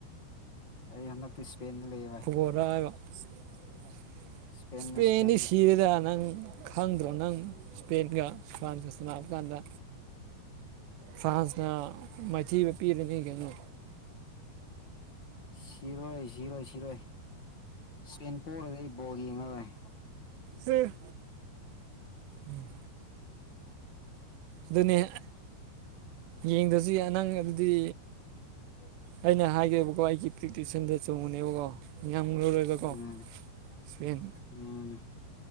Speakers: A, on the left (about 55°); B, on the right (about 80°).
A: ꯑꯩ ꯍꯥꯟꯗꯛꯇꯤ ꯏꯁꯄꯦꯟ ꯗ ꯂꯩꯌꯦ ꯚꯥꯏ
B: ꯏꯁꯄꯦꯟ
A: ꯏꯁꯄꯦꯟꯗ ꯏꯁꯄꯦꯟꯗ
B: ꯗꯤ ꯁꯤꯔꯦꯗ ꯅꯪ ꯈꯪꯗ꯭ꯔꯣ ꯅꯪ ꯏꯁꯄꯦꯟꯒ ꯐꯔꯝꯁꯦꯟꯒ ꯁꯥꯟꯅꯕ ꯀꯥꯟꯗ ꯐ꯭ꯔꯥꯟꯁꯅ ꯃꯥꯏꯊꯤꯕ ꯄꯤꯔꯅꯤ ꯀꯩꯅꯣ
A: ꯁꯤꯔꯣꯏ ꯁꯤꯔꯣꯏ ꯁꯤꯔꯣꯏ ꯏꯁꯄꯦꯟ ꯄꯣꯔꯗꯤ ꯑꯩ ꯕꯥ꯭ꯜ ꯌꯦꯡꯉꯔꯣꯏ
B: ꯎ ꯎꯝ ꯑꯗꯨꯅꯦ ꯌꯦꯡꯗꯁꯨ ꯌꯥꯏ ꯅꯪ ꯑꯗꯨꯗꯤ
A: ꯍꯥꯏ
B: ꯑꯩꯅ ꯍꯥꯏꯒꯕꯀꯣ ꯑꯩꯒꯤ ꯄ꯭ꯔꯤꯇꯤꯛꯁꯟꯗ ꯆꯨꯝꯒꯅꯦꯕꯀꯣ ꯌꯥꯝ ꯂꯨ ꯂꯣꯏꯕ ꯀꯣ
A: ꯎꯝ
B: ꯢꯁꯄꯦꯟ
A: ꯎꯝ